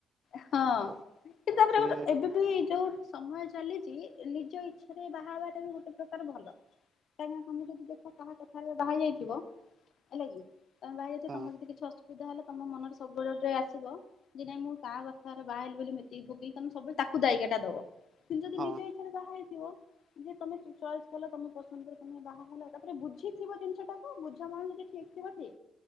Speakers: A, on the left (about 65°); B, on the right (about 45°).
A: ହଁ
B: ଆଉ
A: ତାପରେ
B: ସିଏ
A: ଏବେ ବି ଯୋଉ ସମୟ ଚାଲିଚି ନିଜ ଇଚ୍ଛାରେ ବାହାହବାଟା ବି ଗୋଟେ ପ୍ରକାର ଭଲ। କାହିକନା ତମେ ଯଦି ଦେଖ କାହା କଥାରେ ବାହା ଯାଇଥିବ ହେଲା କିତମେ ବାହାହେଇ
B: ହଁ
A: ଯାଇଥିବ ତମର ଯଦି କିଛିଅସୁ ଅସୁବିଧା ହେଲେ ତମ ମନରେ ସବୁବେଳେ ଗୋଟେଆସିବ ଯେ ନାଇଁ ମୁଁ କାଁ କ ବାହାହେଇଗଲି ବୋଲି ମୁଦି ଫୁଦି ତାକୁ ସବୁ ତାକୁ ଦାୟିଗାଟା ଦବ। କିନ୍ତୁ ଯଦି
B: ହଁ
A: ନିଜ ଇଛାରେ ବାହାହେଇଥିବ ଯେ ତମେ ଚଏସ କଲ ତମେ ପସନ୍ଦରେ ତମେ ବାହା ହେଲ ତାପରେ ବୁଝିଥିବ ଜିନିଷ ଟାକୁ ବୁଝା ମଣା ଯଦି ଠିକ୍ ଥିବକି